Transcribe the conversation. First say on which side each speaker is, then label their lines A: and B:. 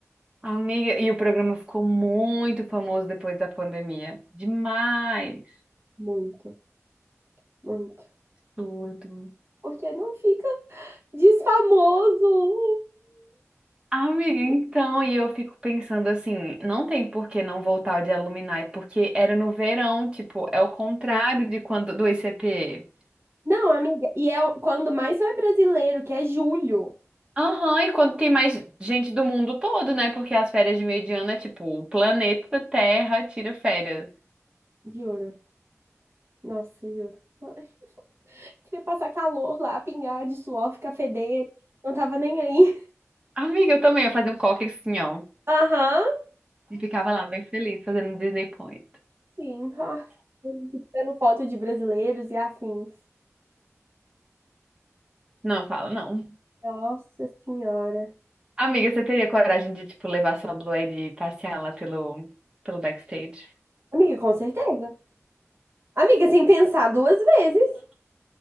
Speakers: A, on the right (about 20°); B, on the right (about 50°).
A: Amiga, e o programa ficou muito famoso depois da pandemia. Demais.
B: Muito, muito.
A: Absurdo.
B: Porque não fica <laughs> desfamoso.
A: Amiga, então, e eu fico pensando assim, não tem por que não voltar o de Alumni, porque era no verão, tipo, é o contrário de quando do ICP.
B: Não, amiga, e é o- quando mais só é brasileiro, que é julho.
A: Aham, e quando tem mais gente do mundo todo, né? Porque as férias de meio de ano é tipo, o planeta Terra tira férias.
B: Juro. Nossa, juro. Ai, Queria passar calor lá, pingar de suor, ficar fedendo. Não tava nem aí.
A: Amiga, eu também ia fazer um coque assim, ó.
B: Aham.
A: E ficava lá bem feliz fazendo Disney Point.
B: Sim, <laughs> ah, tirando foto de brasileiros e afins.
A: Não, fala, não.
B: Nossa Senhora.
A: Amiga, você teria coragem de, tipo, levar sua Blue Ed e passear lá pelo, pelo backstage?
B: Amiga, com certeza. Amiga, sem pensar duas vezes.